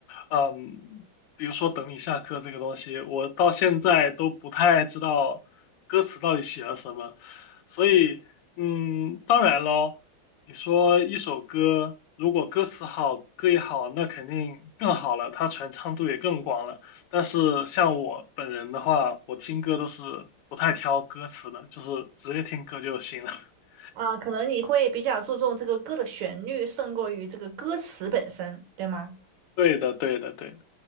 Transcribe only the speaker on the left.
嗯，比如说《等你下课》这个东西，我到现在都不太知道歌词到底写了什么，所以嗯，当然咯，你说一首歌如果歌词好，歌也好，那肯定更好了，它传唱度也更广了。但是像我本人的话，我听歌都是不太挑歌词的，就是直接听歌就行了。<laughs>
对的，对的，对的。